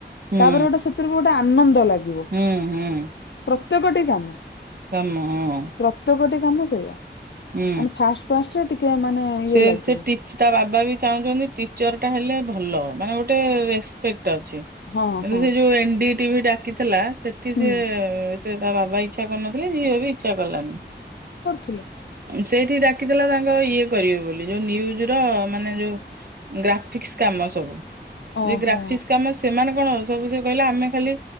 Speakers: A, on the right; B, on the left.
A: ହୁଁ
B: ତାପରେ ଗୋଟେ ସେଥିରୁ ବି ଗୋଟେ ଆନନ୍ଦ ଲାଗିବ
A: ହୁଁ ହୁଁ
B: ପ୍ରତ୍ୟେକଟି କାମ।
A: କାମ ହଁ।
B: ପ୍ରତ୍ୟେକଟି କାମ ସେଇଆ।
A: ହୁଁ
B: ମାନେ ଫାଷ୍ଟ ଫାଷ୍ଟରେ ଟିକେ ମାନେ ଇଏ
A: ସେ
B: ଲାଗିବ
A: ସେ ତା ବାବା ବି ଚାହୁଁଛନ୍ତି ଟିଚର ଟା ହେଲେ ଭଲ ମାନେ ଗୋଟେ ରେସପେଣ୍ଟ ଅଛି
B: ହଁ
A: <unintelligible>
B: ହଁ।
A: ଟିଭି ଡାକିଥିଲା ସେଠି
B: ହୁଁ।
A: ସେ ଏ ତା ବାବା ଇଚ୍ଛା କରୁନଥିଲେ ଝିଅବି ଇଚ୍ଛା କଲାନି।
B: ଥିଲେ।
A: ସେଇଠି ଡାକିଥିଲା ତାଙ୍କ ଇଏ କରିବେ ବୋଲି ଯୋଉ ନିଉଜ ର ମାନେ ଯୋଉ ଗ୍ରାଫିକ୍ସ କାମ ସବୁ
B: ଓହୋ
A: ଯଉ ଗ୍ରାଫିକ୍ସ କାମ ସେମାନେ କଣ ସବୁ ସେ କହିଲା ଆମେ ଖାଲି